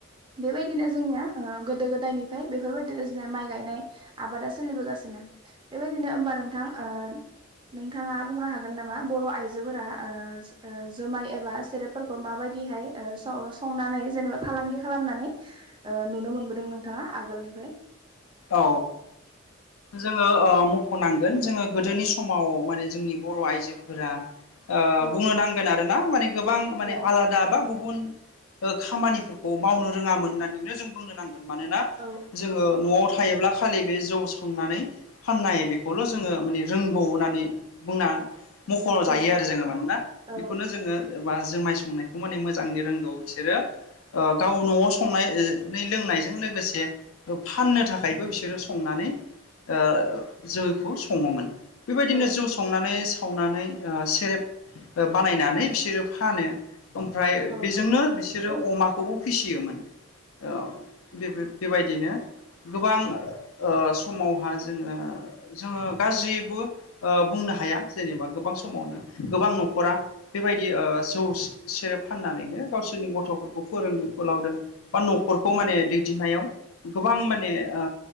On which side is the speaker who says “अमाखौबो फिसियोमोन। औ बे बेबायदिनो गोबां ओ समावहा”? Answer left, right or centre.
Left